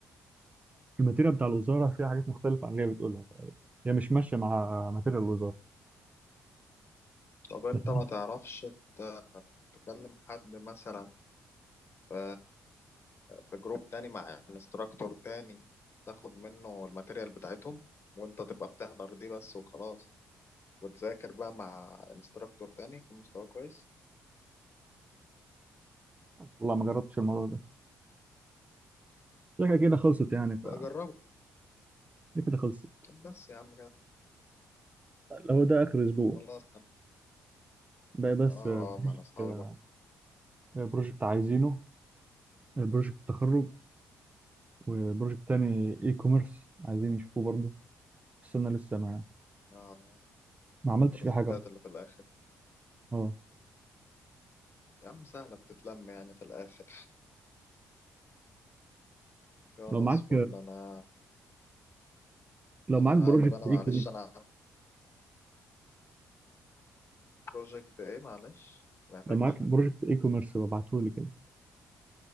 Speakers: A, on the right; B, on the left.
A: والماتيريال بتاع الوزارة فيها حاجات مختلفة عن اللي هي بتقولها ف- هي مش ماشية مع ماتيريال الوزارة
B: طب انت
A: لكن
B: ما تعرفش ت- تكلم حد مثلا في في جروب تاني مع انستراكتور تاني تاخد منه الماتيريال بتاعتهم وانت تبقى بتحضر دي بس وخلاص وتذاكر بقى مع انستراكتور تاني يكون مستواه كويس
A: والله ما جربتش الموضوع ده شكلها كده خلصت يعني ف
B: بقى جربه
A: دي كده خلصت
B: طب بس يا عم كده
A: هو ده آخر أسبوع
B: خلاص انا
A: باقي بس
B: اه
A: بروجكت
B: اه ما انا اصحابي
A: كده
B: بقى
A: بروجكت عايزينه بروجكت تخرج وبروجكت تاني اي كوميرس عايزين يشوفوه برضه السنة لسه ما
B: انا
A: ما عملتش
B: البروجكتات
A: فيه حاجة أصلاً.
B: اللي في الاخر
A: اه
B: يا عم سهله بتتلم يعني في الاخر خلاص
A: لو معاك
B: فل انا
A: لو
B: انا
A: معاك بروجكت
B: هقلب انا
A: اي
B: معلش
A: كوميرس
B: انا بروجكت ايه معلش سمعتكش
A: لو معاك بروجكت اي كوميرس ابعته لي كده